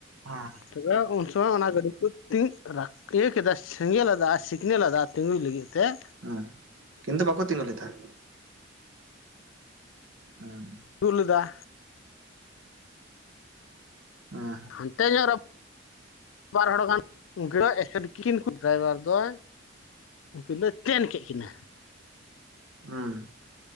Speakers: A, on the right; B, on the left.
A: ᱦᱟᱸ ᱾
B: ᱛᱮ ᱩᱱ ᱥᱚᱢᱚᱭ ᱚᱱᱟ ᱜᱟᱹᱰᱤ ᱠᱚ ᱛᱤᱧ ᱨᱟ ᱠᱤᱭᱟᱹ ᱠᱮᱫᱟ ᱥᱮᱸᱜᱮᱞ ᱟᱫᱟ ᱥᱤᱠᱱᱮᱞ ᱟᱫᱟ ᱛᱤᱸᱜᱩᱭ ᱞᱟᱹᱜᱤᱫ ᱛᱮ ᱾
A: ᱩᱸ ᱠᱤᱱᱛᱩ ᱵᱟᱠᱚ ᱛᱤᱸᱜᱩ ᱞᱮᱫᱟ ᱾ ᱦᱩᱸ ᱾
B: ᱛᱩᱜ ᱞᱮᱫᱟ ᱾
A: ᱦᱮᱸ
B: ᱦᱟᱱᱛᱮ ᱧᱚᱜ ᱨᱮ ᱵᱟᱨ ᱦᱚᱲ ᱜᱟᱱ <unintelligible> ᱩᱱᱠᱤᱱ ᱫᱚ ᱮᱥᱴᱮᱴ ᱠᱤᱱ ᱰᱨᱟᱭᱵᱟᱨ ᱫᱚᱭ ᱩᱱᱠᱤᱱ ᱫᱚᱭ ᱛᱮᱱ ᱠᱮᱫ ᱠᱤᱱᱟᱹ ᱾
A: ᱦᱩᱸ